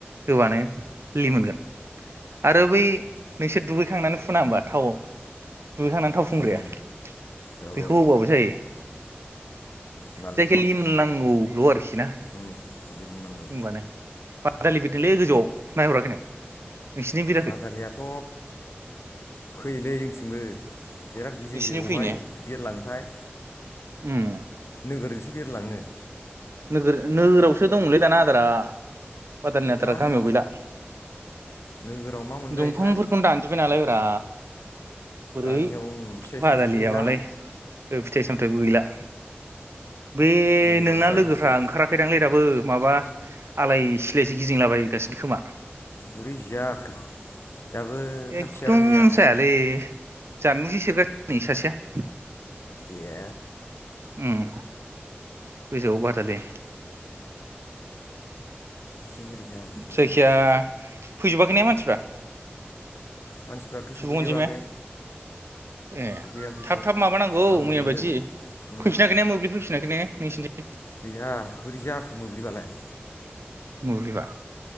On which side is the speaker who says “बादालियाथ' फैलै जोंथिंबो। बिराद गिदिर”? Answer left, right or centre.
Left